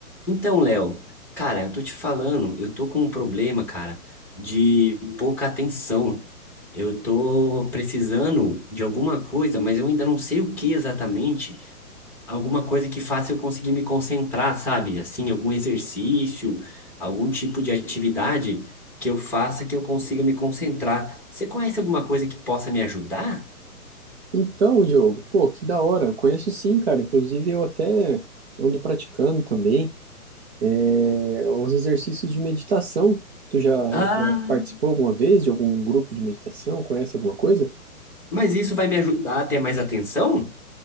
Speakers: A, in the centre; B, on the right (about 45°).
A: Então, Léo, cara, eu tô te falando, eu tô com um problema, cara, de pouca atenção. Eu tô precisando de alguma coisa, mas eu ainda não sei o que exatamente. Alguma coisa que faça eu conseguir me concentrar, sabe? Assim, algum exercício, algum tipo de atividade que eu faça que eu consiga me concentrar. Você conhece alguma coisa que possa me ajudar?
B: Então, Diogo, pô, que da hora. Eu conheço sim, cara. Inclusive, eu até ando praticando também é, os exercícios de meditação. Tu já,
A: Ah,
B: já participou alguma vez de algum grupo de meditação? Conhece alguma coisa?
A: Mas isso vai me ajudar a ter mais atenção?